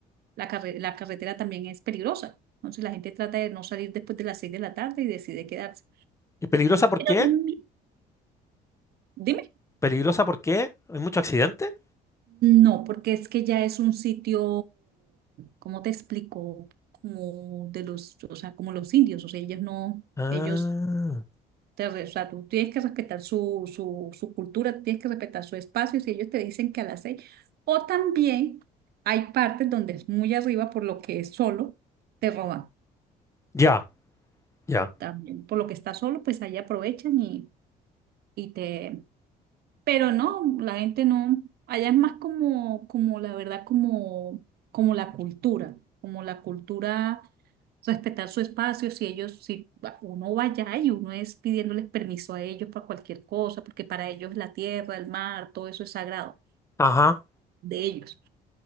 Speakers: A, on the right (about 70°); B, on the left (about 15°).
A: la carre- la carretera también es peligrosa. Entonces la gente trata de no salir después de las seis de la tarde y decide quedarse.
B: ¿Y peligrosa por qué?
A: Mm, Dime.
B: ¿Peligrosa por qué? ¿Hay mucho accidente?
A: No, porque es que ya es un sitio, ¿cómo te explico? Como de los, o sea, como los indios, o sea, ellos no,
B: Ah,
A: ellos te, re- o sea, tú tienes que respetar su, su, su cultura, tienes que respetar su espacio, si ellos te dicen que a las seis, o también hay partes donde es muy arriba por lo que es solo, te roban
B: ya, ya.
A: también, por lo que está solo, pues ahí aprovechan y te... Pero no, la gente no, allá es más como, como la verdad, como, como la cultura, como la cultura, respetar su espacio, si ellos, si va- uno va allá y uno es pidiéndoles permiso a ellos para cualquier cosa, porque para ellos la tierra, el mar, todo eso es sagrado
B: Ajá,
A: de ellos.